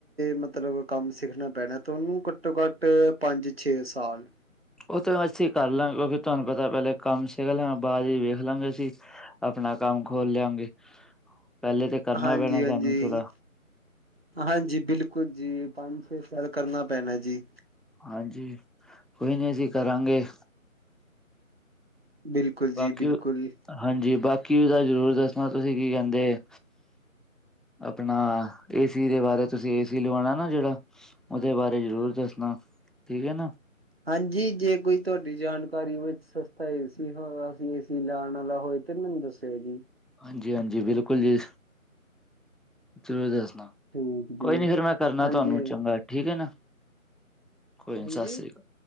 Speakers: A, on the right; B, in the centre.
A: ਮਤਲਬ ਕੰਮ ਸਿੱਖਣਾ ਪੈਣਾ ਤਾਂ ਉਹਨੂੰ ਘੱਟੋ ਘੱਟ ਪੰਜ ਛੇ ਸਾਲ
B: ਉਹ ਤੋਂ ਅਸੀਂ ਕਰ ਲਾਂਗੇ ਕਿਉਂਕਿ ਤੁਹਾਨੂੰ ਪਤਾ ਪਹਿਲੇ ਕੰਮ ਸਿੱਖ ਲੈ ਬਾਅਦ ਹੀ ਵੇਖ ਲਾਂਗੇ ਅਸੀਂ ਆਪਣਾ ਕੰਮ ਖੋਲ ਲਿਆਂਗੇ ਪਹਿਲੇ ਤੇ ਕਰਨਾ
A: ਹਾਂਜੀ
B: ਪੈਣਾ ਸਾਨੂੰ
A: ਹਾਂਜੀ
B: ਥੋੜਾ
A: ਹਾਂਜੀ, ਬਿਲਕੁਲ ਜੀ, ਪੰਜ- ਛੇ ਸਾਲ ਕਰਨਾ ਪੈਣਾ ਜੀ।
B: ਹਾਂਜੀ, ਕੋਈ ਨਹੀਂ, ਅਸੀਂ ਕਰਾਂਗੇ।
A: ਬਿਲਕੁਲ
B: ਬਾਕੀ
A: ਜੀ, ਬਿਲਕੁਲ।
B: ਹਾਂਜੀ, ਬਾਕੀ ਉਹਦਾ ਜ਼ਰੂਰ ਦੱਸਣਾ, ਤੁਸੀਂ ਕੀ ਕਹਿੰਦੇ? ਆਪਣਾ ਏਸੀ ਦੇ ਬਾਰੇ, ਤੁਸੀਂ ਏਸੀ ਲਵਾਉਣਾ ਨਾ ਜਿਹੜਾ। ਉਹਦੇ ਬਾਰੇ ਜ਼ਰੂਰ ਦੱਸਣਾ, ਠੀਕ ਹੈ ਨਾ।
A: ਹਾਂਜੀ, ਜੇ ਕੋਈ ਤੁਹਾਡੀ ਜਾਣਕਾਰੀ ਵਿੱਚ ਸਸਤਾ ਏਸੀ ਹੋ, ਏਸੀ ਲਾਉਣ ਵਾਲਾ ਹੋਏ। ਫਿਰ, ਮੈਂਨੂੰ ਦੱਸਿਓ ਜੀ।
B: ਹਾਂਜੀ- ਹਾਂਜੀ ਬਿਲਕੁਲ ਜੀ, ਜ਼ਰੂਰ ਦੱਸਣਾ
A: ਠੀਕ ਜੀ
B: ਕੋਈ ਨੀ, ਫੇਰ ਮੈਂ ਕਰਨਾ
A: ਹਾਂਜੀ
B: ਤੁਹਾਨੂੰ ਚੰਗਾ, ਠੀਕ ਹੈ ਨਾ, ਕੋਈ
A: ਹਾਂਜੀ
B: ਨੀ, ਸਤਿ ਸ੍ਰੀ ਅਕਾਲ।